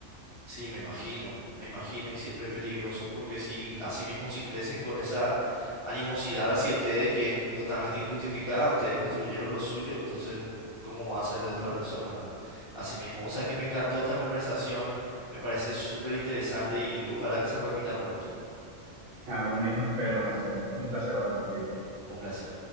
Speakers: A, on the left; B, on the right.
A: Sí, me imagino, me imagino y siempre es peligroso porque si así mismo si crecen con esa animosidad hacia ustedes que es in- totalmente injustificada, ustedes construyeron lo suyo, entonces ¿cómo va a ser de otra
B: <laughs>
A: persona? Así mismo, o sea, es que me encantó esta conversación, me parece súper interesante y ojalá que se repita pronto.
B: Lo mismo espero, Marcelo. Un placer hablar contigo.
A: Un placer.